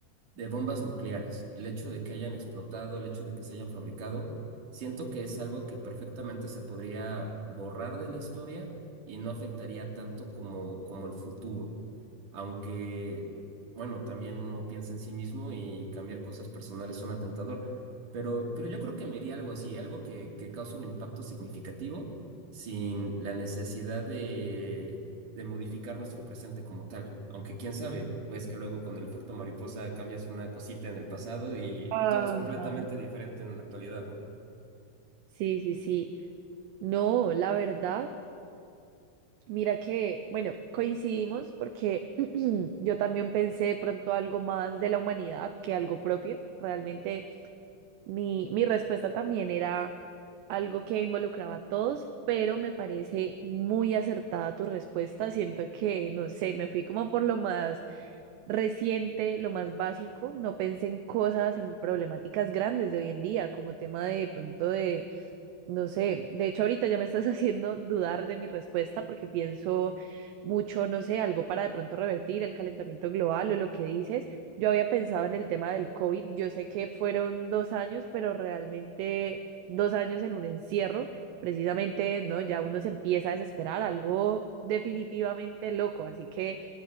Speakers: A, on the right; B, on the right.
A: de bombas nucleares. El hecho de que hayan explotado, el hecho de que se hayan fabricado, siento que es algo que perfectamente se podría borrar de la historia y no afectaría tanto como, como el futuro aunque, bueno, también uno piensa en sí mismo y cambiar cosas personales suena tentador, pero, pero yo creo que me iría algo así, algo que, que causa un impacto significativo sin la necesidad de, de modificar nuestro presente como tal, aunque quién sabe, es que luego con el efecto mariposa cambias una cosita en el pasado y
B: Ajá.
A: todo es completamente diferente en la actualidad, ¿no?
B: Sí, sí, sí. No, la verdad, mira que, bueno, coincidimos porque <clears throat> yo también pensé de pronto algo más de la humanidad que algo propio. Realmente Mi, mi respuesta también era algo que involucraba a todos, pero me parece muy acertada tu respuesta. Siento que, no sé, me fui como por lo más reciente, lo más básico. No pensé en cosas, en problemáticas grandes de hoy en día, como tema de pronto de no sé, de hecho ahorita ya me estás <laughs> haciendo dudar de mi respuesta porque pienso mucho, no sé, algo para de pronto revertir el calentamiento global o lo que dices. Yo había pensado en el tema del COVID, yo sé que fueron dos años, pero realmente dos años en un encierro, precisamente, ¿no? Ya uno se empieza a desesperar, algo definitivamente loco, así que